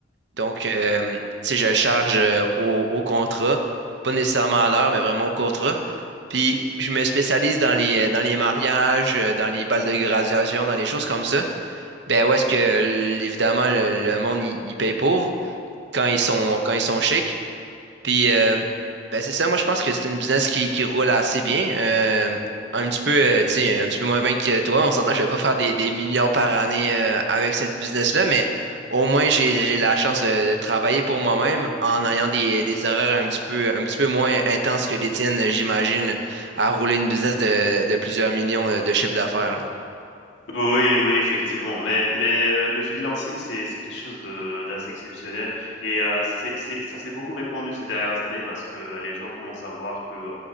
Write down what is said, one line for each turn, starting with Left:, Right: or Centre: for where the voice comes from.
Right: Donc, euh, tu sais, je charge euh, au, au contrat, pas nécessairement à l'heure, mais vraiment au contrat. Puis, je me spécialise dans les, euh, dans les mariages, euh, dans les balles de graduation, dans les choses comme ça. Ben, où est-ce que, euh, évidemment, le, le monde, il il paye pour quand ils sont, quand ils sont chics. Puis, euh, ben, c'est ça, moi, je pense que c'est une business qui, qui roule assez bien. Euh, un petit peu, euh, tu sais, un petit peu moins bien que toi. On s'entend, que je vais pas faire des, des millions par année euh, avec cette business-là, mais au moins, j'ai, j'ai la chance de, de travailler pour moi-même en ayant des, des horaires un petit peu, un petit peu moins intenses que les tiennes, j'imagine, à rouler une business de, de plusieurs millions euh, de chiffre d'affaires,
Left: Oui, oui, effectivement, mais mais, heu, le freelancing, c'est c'est quelque chose de d'assez exceptionnel et heu, c'est c'est ça s'est beaucoup répandu ces dernières années parce que euh, les gens commencent à voir que, heu